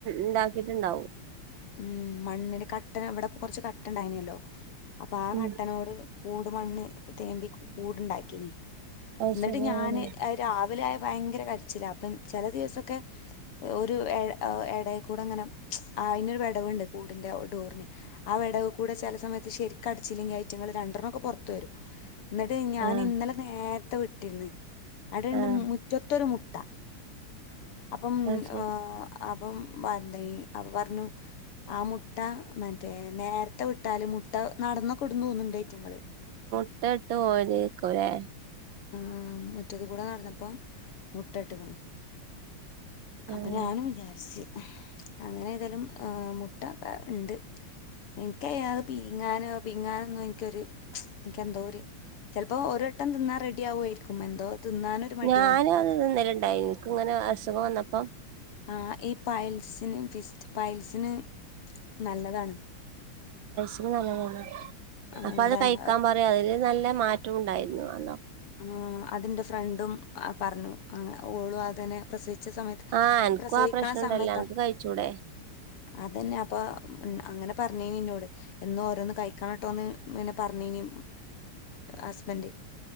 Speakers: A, on the right; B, on the left.
A: ഇണ്ടാക്കിട്ടുണ്ടാവും.
B: ഉം മണ്ണിന്റെ കട്ടന ഇവിടെ കൊറച്ച് കട്ട ഉണ്ടായിന്നല്ലോ അപ്പൊ ആ
A: ഉം
B: ഘട്ടനോട് കൂട് മണ്ണ് തേമ്പി കൂടുണ്ടാക്കിനി
A: അത്
B: എന്നിട്ട്
A: ശരി
B: ഞാന്
A: അങ്ങനെ
B: രാവിലെ ആയപ്പ ഭയങ്കര കരിച്ചിലാ അപ്പ ചില ദിവസൊക്കെ ഒരു ഇടയ്ക്കൂടെയങ്ങനെ അയിനൊരു വിടവുണ്ട് കൂടിന്റെ ഡോറിന് ആ വിടവിക്കൂടെ ചില സമയത്ത് ശരിക്കും അടച്ചില്ലെങ്കിൽ ഐറ്റങ്ങൾ രണ്ടെണ്ണോക്കെ പുറത്ത് വരും എന്നിട്ട് ഞാൻ
A: ആഹ്
B: ഇന്നലെ നേര് ത്തുവിട്ടിന്ന് അടുണ്ട്
A: ആഹ്
B: മുറ്റത്തൊരു മു ട്ട അപ്പം
A: അത് ശരി
B: ഏ അപ്പം വന്തേ അപ്പൊ പറഞ്ഞു ആ മുട്ട മറ്റേ നേരത്തെ വിട്ടാലും മുട്ട നടന്ന കൊടുന്ന് വർണ്ണ്ട് ഐറ്റങ്ങള്
A: ഇട്ടട്ടോ ഒരേ കൊരേ
B: ആ മുറ്റത്ത് കൂടെ നടന്നപ്പോ മുട്ട ഇട്ടക്കണ്
A: ഉം
B: അപ്പൊ ഞാനും വിചാരിച്ച് അങ്ങനെ എതാലും മുട്ട ഇണ്ട് എനിക്ക പീഞാനോ പീഞാന്നും എനിക്കരു എനിക്ക എന്തോരു ചിലപ്പോൾ ഒരുട്ടം തിന്നാ റെഡി റെഡിയാവയിരിക്കും എന്തോ തിന്നാനൊരു മടിയാണ്
A: ഞാനും അത് തിന്നല്ല ഡൈനക്ക് വേറേ അസുഖം വന്നപ്പം
B: ആ ഈ പൈൽസിന് വിസ്റ്റ് പൈൽസിന് നല്ലതാണ്
A: ഇത് നല്ലതാണ്
B: ആ,
A: അപ്പൊ
B: എന്താണ്
A: അത് കഴിക്കാൻ പറയാ അതില് നല്ല മാറ്റം ഉണ്ടായിരുന്നു അന്നൊക്കെ
B: ആ അതിന്റെ ഫ്രണ്ടും പറഞ്ഞു ഓളു അതിനെ പ്രസവി പ്രസവിച്ച സമയത്ത്
A: ആഹ് അനക്കും
B: പ്രസവിക്കണ
A: ആ പ്രശ്നം ഉണ്ടല്ലോ
B: സമയത്താ
A: അനക്ക് കഴിച്ചൂടെ
B: അതന്നെ അപ്പൊ അങ്ങനെ പറഞ്ഞിനീ എന്നോട് എന്നോ ഓരോന്ന് കഴിക്കണട്ടോന്ന്നെ പറഞ്ഞനി ഹസ്ബൻഡ്